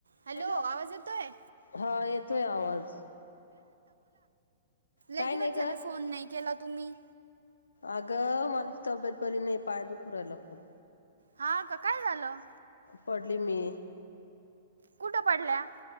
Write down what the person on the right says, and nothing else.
हॅलो
आवाज येतोय
लै
दिवस
झाले फोन नाही केला तुम्ही
हा का काय झालं
कुठं पडल्या